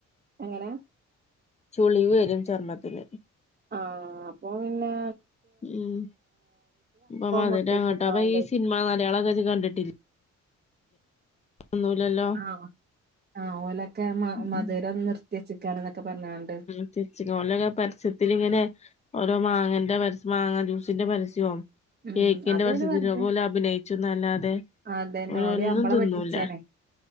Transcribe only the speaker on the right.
എങ്ങനെ?
ആഹ് അപ്പൊ പിന്നാ
മുട്ടിം തിന്നോണ്ടി.
ആഹ് ആഹ് ഓലക്കെ മ മാധുരം
നിർത്തിയെച്ച്ക്കാണ്ന്നൊക്കെ പറഞ്ഞാണ്ട്
ഉം
അതോല്
വെറുതെ
അതന്നെ
ഓല് നമ്മളെ
പറ്റിച്ചാണേ